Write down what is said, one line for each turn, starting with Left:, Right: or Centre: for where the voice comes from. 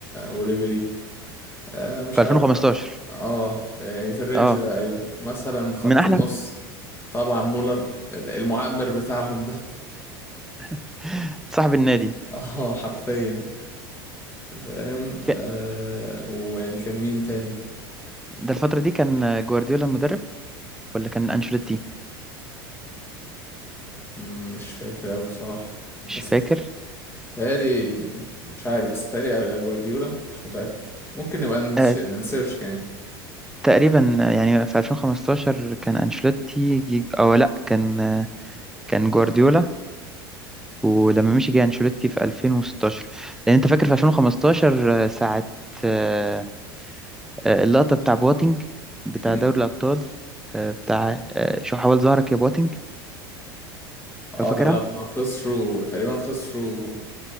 Left: وريبيري آه مش
Centre: في 2015
Left: عارف بقى اه في يعني في الرينج
Centre: اه
Left: ده ايوه مثلا خط
Centre: من احلى
Left: النص طبعا مولر المعمر بتاعهم ده
Centre: <laughs> صاحب النادي
Left: <laughs> اه حرفيا فاهم آه
Centre: ك-
Left: ويعني كان مين تاني
Centre: ده الفترة دي كان آه، جوارديولا المدرب ولا كان انشيلوتي
Left: مش فاكر أوي بصراحة بس
Centre: مش فاكر
Left: تالي مش عارف بس تالي جوارديولا مش متأكد ممكن نبقى نش-
Centre: آه
Left: نسيرش يعني
Centre: تقريبا آه، يعني في 2015 كان انشيلوتي جي... او لا كان آه، كان جوارديولا ولما مشي جه انشيلوتي في 2016 لان انت فاكر في 2015 آه، ساعة آه، آه، اللقطة بتاع بواتينج بتاع
Left: مم.
Centre: دوري الابطال آه، بتاع آه، شو حاول ظهرك يا بواتينج
Left: اه
Centre: لو فاكرها
Left: ده لما خسروا تقريبا خسروا